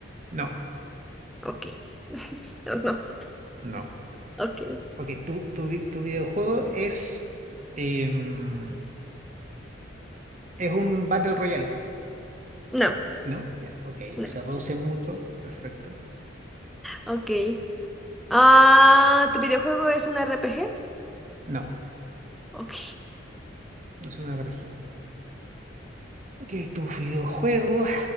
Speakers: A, on the right (about 35°); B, in the centre.
A: No.
B: Ok, no, no,
A: No.
B: ok,
A: Ok, tu, tu, vi- tu videojuego es, em, es un Battle Royale,
B: no,
A: ¿no? Bien, ok,
B: no,
A: se reduce mucho, perfecto.
B: ok. Ah, ¿tu videojuego es un RPG?
A: No,
B: Ok,
A: no es una RPG. Ok, tu videojuego